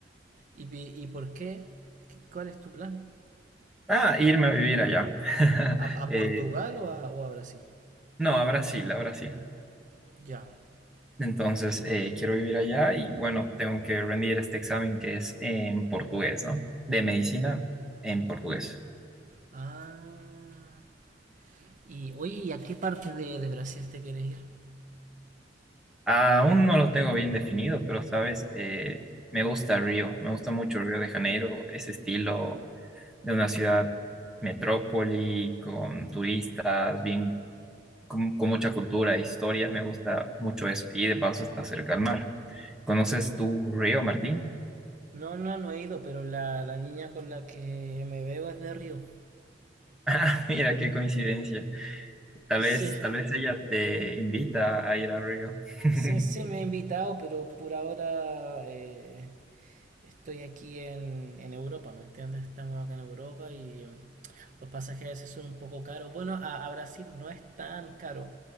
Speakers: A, on the right (about 45°); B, in the centre.
A: ¿y, pi- y por qué? ¿Qué- ¿Cuál es tu plan?
B: Ah, irme a vivir allá. <laughs>
A: ¿A, a
B: Eh,
A: Portugal o a, o a Brasil?
B: no, a Brasil, a Brasil.
A: Ya.
B: Entonces, eh, quiero vivir allá y bueno, tengo que rendir este examen que es en portugués, ¿no? De medicina en portugués.
A: Ah. Y oye, ¿y a qué parte de, de Brasil te quieres ir?
B: Aún no lo tengo bien definido, pero sabes, Eh, me gusta Río, me gusta mucho Río de Janeiro, ese estilo de una ciudad metrópoli, con turistas, bien, con, con mucha cultura e historia, me gusta mucho eso. Y de paso está cerca al mar. ¿Conoces tú Río, Martín?
A: No, no, no he ido, pero la, la niña con la que me veo es de Río.
B: <laughs> mira qué coincidencia. Tal
A: Sí,
B: vez, tal vez ella te invita a ir a Río. <laughs>
A: sí, sí, me ha invitado, pero por ahora eh, estoy aquí en, en Europa, ¿me entiendes? Estamos acá en Europa y mm, los pasajes a veces son un poco caros. Bueno, a, a Brasil no es tan caro,